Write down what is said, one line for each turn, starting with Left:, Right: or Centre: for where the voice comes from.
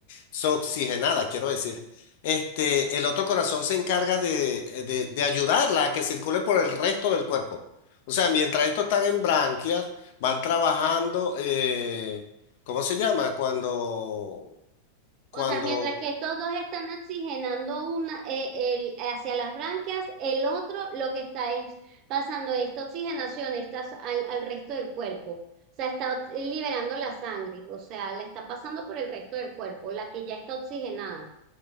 Left: desoxigenada, quiero decir. Este, el otro corazón se encarga de, de, de ayudarla a que circule por el resto del cuerpo. O sea, mientras estos están en branquias, van trabajando, eh, ¿cómo se llama? Cuando,
Right: O
Left: cuando...
Right: sea, mientras que estos dos están oxigenando una, eh, el, hacia las branquias, el otro lo que está es pasando esta oxigenación estas al, al resto del cuerpo. O sea, está liberando la sangre, o sea, la está pasando por el resto del cuerpo, la que ya está oxigenada.